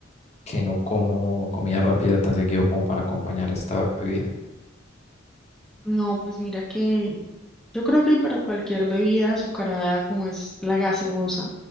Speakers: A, on the left; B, in the centre.
A: que no como comida rápida tan seguido como para acompañar esta bebida.
B: No, pues mira que Yo creo que para cualquier bebida azucarada como es la gaseosa,